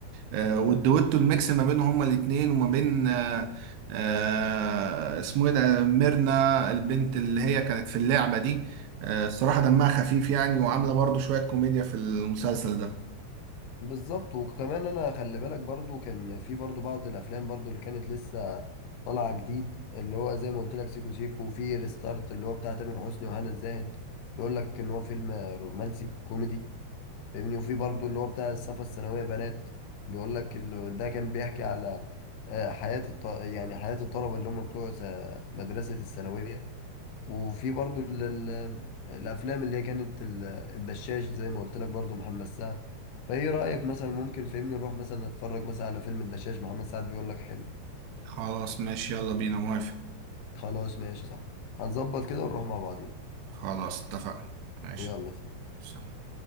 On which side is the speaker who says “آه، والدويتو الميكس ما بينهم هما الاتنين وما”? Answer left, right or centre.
Right